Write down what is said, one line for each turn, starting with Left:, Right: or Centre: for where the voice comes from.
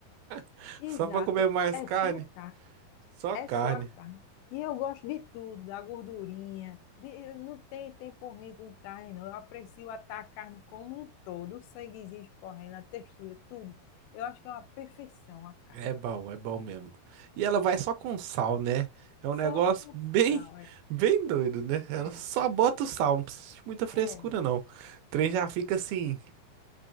Right: <laughs>
Left: exato,
Right: só pra comer mais
Left: é
Right: carne.
Left: só a carne,
Right: Só
Left: é
Right: carne.
Left: só a carne. E eu gosto de tudo, da gordurinha. de- não tem tempo ruim com carne, não. Eu aprecio atar a carne como um todo, o sanguezinho escorrendo, a textura, tudo. Eu acho que é uma perfeição a carne.
Right: É bom, é bom mesmo. E ela vai só com sal, né? É um
Left: Só
Right: negócio
Left: com
Right: bem,
Left: sal, é.
Right: bem doido, né? Ela
Left: É,
Right: só bota o sal, não precisa de muita frescura,
Left: é.
Right: não. O trem já fica assim,